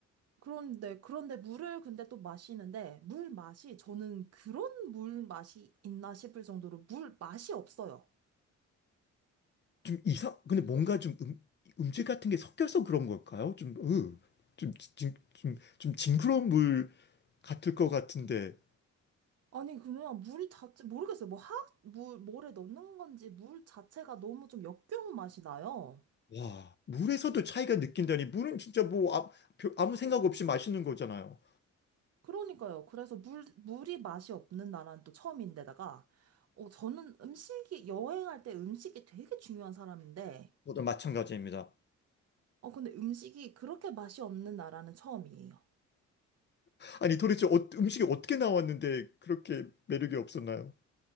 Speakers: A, on the right; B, on the left.
A: 그런데, 그런데 물을 근데 또 마시는데, 물 맛이, 저는 그런 물 맛이 있나 싶을 정도로 물 맛이 없어요.
B: 좀 이상, 근데 뭔가 좀 음, 음질 같은 게 섞여서 그런 걸까요? 좀, 으, 좀, 좀, 좀, 좀 징그러운 물 같을 것 같은데.
A: 아니, 그냥 물 자체, 모르겠어요. 뭐 화학, 물, 뭐래 넣는 건지 물 자체가 너무 좀 역겨운 맛이 나요.
B: 와, 물에서도 차이가 느낀다니. 물은 진짜 뭐 아, 별- 아무 생각 없이 마시는 거잖아요.
A: 그러니까요. 그래서 물, 물이 맛이 없는 나라는 또 처음인데다가, 어, 저는 음식이, 여행할 때 음식이 되게 중요한 사람인데,
B: 저도 마찬가지입니다.
A: 어, 근데 음식이 그렇게 맛이 없는 나라는 처음이에요.
B: 아니, 도대체 어- 음식이 어떻게 나왔는데 그렇게 매력이 없었나요?